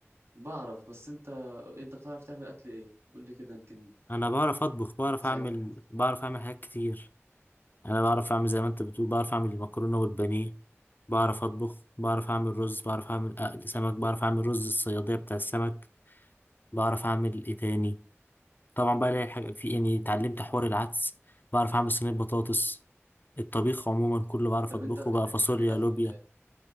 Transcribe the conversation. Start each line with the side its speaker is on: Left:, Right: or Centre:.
Right: بعرف بس انت انت بتعرف تعمل اكل ايه قول لي كده يمكن
Left: انا بعرف اطبخ بعرف
Right: تساعدني
Left: اعمل
Right: في اكل
Left: بعرف اعمل حاجات كتير انا بعرف اعمل زي ما انت بتقول بعرف اعمل المكرونه والبانيه بعرف اطبخ بعرف اعمل رز بعرف اعمل اقل سمك بعرف اعمل رز الصياديه بتاع السمك بعرف اعمل ايه تاني طبعا بقى الاقي حاجه في إيه؟ يعني اتعلمت حوار العدس بعرف اعمل صينيه بطاطس الطبيخ عموما كله بعرف
Right: طب
Left: اطبخه
Right: انت خلي...
Left: بقى فاصوليا
Right: خلينا في
Left: لوبيا
Right: ال...